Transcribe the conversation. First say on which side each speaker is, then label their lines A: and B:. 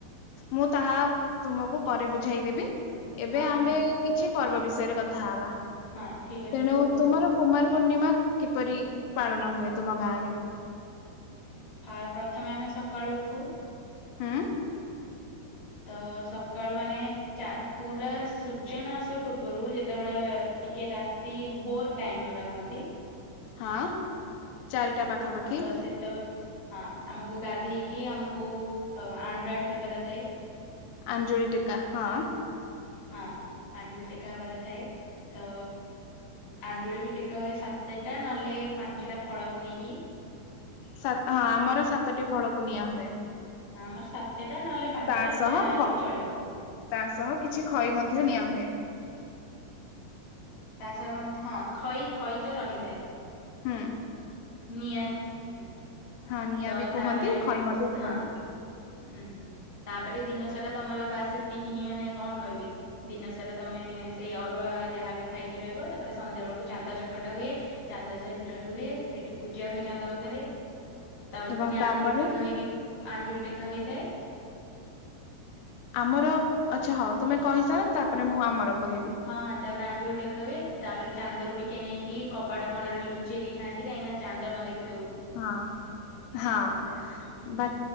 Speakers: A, on the left; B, on the left.
A: ମୁଁ ତାହା ତୁମକୁ ପରେ ବୁଝାଇଦେବି। ଏବେ
B: ହଁ
A: ଆମ୍ଭେ
B: ହଁ
A: କି କିଛି ପର୍ବ ବିଷୟରେ କଥା ହବା।
B: ହଁ ଠିକ ଅଛି
A: ତେଣୁ
B: କୁହ କୋଉ
A: ତୁମର
B: ପର୍ବ
A: କୁମାର ପୂର୍ଣ୍ଣିମା କିପରି ପାଳନ ହୁଏ ତୁମ ଗାଁରେ।
B: ଫା ପ୍ରଥମେ ଆମେ ସକାଳୁ ଉଠୁ।
A: ହୁଁ
B: ତ ସକାଳୁ ମାନେ ପୁରା ଚା ସୂର୍ଯ୍ୟ ନ ଆସିବା ପୂର୍ବରୁ ଯେତେବେଳେ ଟିକେ ରାତି ଭୋର୍ ଟାଇମ୍ ଯୋଉଟା କହଁନ୍ତି।
A: ହଁ ଚାରିଟା ପାଖାପାଖି
B: ହଁ ତ ସେତେବେ ହଁ ଆମକ କୁ ଗାଧେଇକି ଆମୁକୁ ଆଞ୍ଜୁଳା ଟେକିବାର ଥାଏ।
A: ଆଞ୍ଜୁଳି ଟେକା ହଁ।
B: ହଁ ଆଞ୍ଜୁଳି ଟେକା ହବାର ଥାଏ। ତ ଆଞ୍ଜୁଳି ବି ଟେକା ହୁଏ ସାତେଟା ନହେଲେ ପାଞ୍ଚଟା ଫଳକୁ ନେଇକି।
A: ସାତ୍ ହଁ ଆମର ସାତଟି ଫଳକୁ ନିଆଁ ହୁଏ।
B: ହଁ ଆମର ସାତଟା ନହେଲେ ପାଞ୍ଚଟା
A: ତା ସହ
B: ଯାହାହେଲେ
A: ଖ
B: ବି ଚଳିବ।
A: ତା ସହ କିଛି ଖଇ ମଧ୍ୟ ନିଆଁ ହୁଏ।
B: ତା ସହ ମଧ୍ୟ ଖଇ, ଖଇ ତ ରହିଥାଏ।
A: ହୁଁ।
B: ନିଆଁନ୍ ହୁଁ।
A: ହଁ ନିଆଁ
B: ତ
A: ବି କୁହନ୍ତି
B: ତାପରେ
A: ଖଇ
B: ଟିକ୍
A: ମଧ୍ୟ କୁହନ୍ତି
B: ହଁ ହୁଁ ତାପରେ ଦିନ ସାରା ତମର ବା ସେତିକି ହିଁ ମାନେ କଣ କହିବି? ଦିନ ସାରା ତମେ ସେଇ ଅରୁଆ ଯାହାବି ଖାଇକି ରହିବ ତାପରେ ସନ୍ଧ୍ୟା ବେଳକୁ ଚାନ୍ଦ ଚକଟା ହୁଏ। ଚାନ୍ଦ ସାଇଜ୍ ରୁହେ। ସେଠି ପୂଜା ହୁଏ ଚାନ୍ଦ ପାଖରେ। ତାପରେ
A: ଏବଂ
B: ଫୁଣି
A: ତାପରେ
B: ଆଞ୍ଜୁଳି ଟେକା ହେଇକି ଆଞ୍ଜୁଳି ଟେ ଏକା ହୋଇଥାଏ।
A: ଆମର ଆଚ୍ଛା ହଉ ତୁମେ କହି ସାର। ତାପରେ ମୁଁ ଆମର କହିବି।
B: ହଁ ତାପରେ ଆଞ୍ଜୁଳି ଟେକା ହୁଏ। ତାପରେ ଚାନ୍ଦରୁ ଟିକେ ନେଇକି କବାଟ କଣରେ ଲୁଚେଇକି ଖାଆଁନ୍ତି। କାହିକିଁ ନା ଚାନ୍ଦ ନ ଦେଇକି
A: ହଁ ହଁ
B: ସେ- ହୁଁ
A: ବା